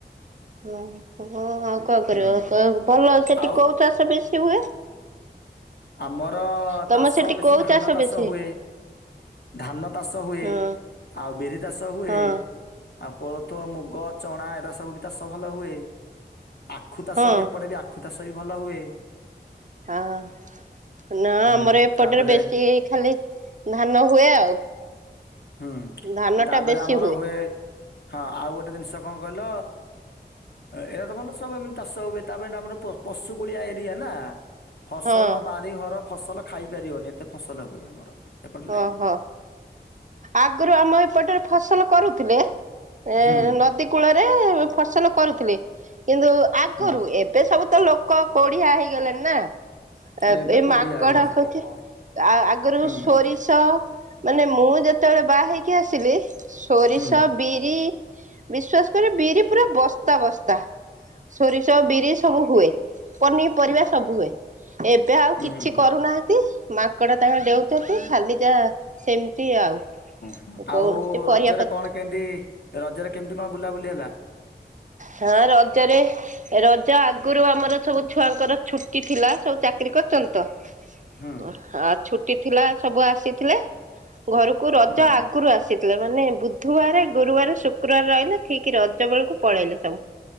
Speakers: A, on the right; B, on the left.
A: ଓ ହୋ ଆଉ କଣ କର
B: ହୁଁ।
A: ଭଲ ସେଠି
B: ଆଉ
A: କୋଉ ଚାଷ ବେଶୀ ହୁଏ
B: ଆମର
A: ତମ
B: ଚାଷ
A: ସେଠି
B: ବେଶୀ
A: କୋଉ
B: ଧାନ ଚାଷ
A: ବେଶୀ
B: ହୁଏ ଧାନ ଚାଷ ହୁଏ
A: ହଁ
B: ଆଉ ବିରି ଚାଷ ହୁଏ
A: ହଁ
B: ଆଉ କୋଳଥ ମୁଗ ଚଣା ଏରା ସବୁ ବି ଚାଷ ଭଲ ହୁଏ ଆଖୁ ଚାଷ
A: ହଁ
B: ବି ଏପଟେ ବି ଆଖୁ ଚାଷ ବି ଭଲ ହୁଏ
A: ହାଁ ନା
B: ହୁଁ
A: ଆମର ଏପଟରେ
B: ତାପରେ
A: ବେଶୀ ଖାଲି ଧାନ ହୁଏ ଆଉ
B: ହୁଁ
A: ଧାନ
B: ତାପରେ
A: ଟା ବେଶୀ
B: ଆମର ହୁଏ ହଁ ଆଉ ଗୋଟେ ଜିନିଷ କଣ କହିଲ ଏଇଟା ତ ଭଲ ସବୁ ଏମିତି ଚାଷ ହୁଏ ତାପରେ ଏଇଟା ଆମର ପଶୁକୁଳିଆ ଏରିଆ ନା ଫସଲ
A: ହଁ
B: ବାରିଘର ଫସଲ ଖାଇପାରିବନି ଏତେ ଫସଲ ହୁଏ ଆମର ଏପଟ ଲାଇନ୍
A: ଓହୋ ଆଗରୁ ଆମ ଏପଟରେ ଫସଲ କରୁଥିଲେ ଏ
B: ହୁଁ
A: ନଦୀ କୂଳରେ ଫସଲ କରୁଥିଲେ କିନ୍ତୁ ଆଗରୁ
B: ହୁଁ
A: ଏବେ ସବୁ ତ ଲୋକ କୋଡିିଆ ହେଇଗଲେଣି ନା ଏ
B: ଏବେ
A: ଏଇ
B: କୋଢିଆ
A: ମାଙ୍କଡ
B: ହେଇଗଲେଣି
A: ହଉଛି
B: ଲୋକ
A: ଆ ଆଗରୁ
B: ହୁଁ
A: ସୋରିଷ
B: ହୁଁ।
A: ମାନେ ମୁଁ ଯେତେବେଳେ ବାହା ହେଇକି ଆସିଲି ସୋରିଷ
B: ହୁଁ
A: ବିରି ବିଶ୍ଵାସ କରି ବିରି ପୁରା ବସ୍ତ ବସ୍ତାବସ୍ତା ସୋରିଷ ବିରି ସବୁ ହୁଏ ପନିପରିବା ସବୁ ହୁଏ ଏବେ ଆଉ
B: ହୁଁ
A: କିଛି
B: ହୁଁ
A: କରୁନାହାନ୍ତି ମାଙ୍କଡ ତାଙ୍କ ଡ଼େଉଛନ୍ତି ଖାଲି ଯା ସେମିତି ଆଉ
B: ହୁଁ ଆଉ
A: କୌଣସି ପରିବା
B: ରଜରେ
A: ପତ୍ର
B: କଣ କେମିତି ରଜରେ କେମିତି କଣ ବୁଲାବୁଲି ହେଲା ସିଂଁ
A: ହଁ ରଜାରେରେ ରଜ ଆଗରୁ ଆମର ସବୁ ଛୁଆଙ୍କର ଛୁଟି ଥିଲା ସବୁ ଚାକିରି କରୁଚନ୍ତି ତ
B: ହୁଁ
A: ହା ଛୁଟି ଥିଲା ସବୁ ଆସିଥିଲେ। ଘରକୁ ରଜ
B: ହୁଁ ହୁଁ
A: ଆଗୁରୁ ଆସିଥିଲେ। ମାନେ ବୁଧବାର ଗୁରୁବାର ଶୁକ୍ରବାର ରହିଲେ ଠିକ୍ ର ସେବେଳକୁ ପଳେଇଲେ ସବୁ।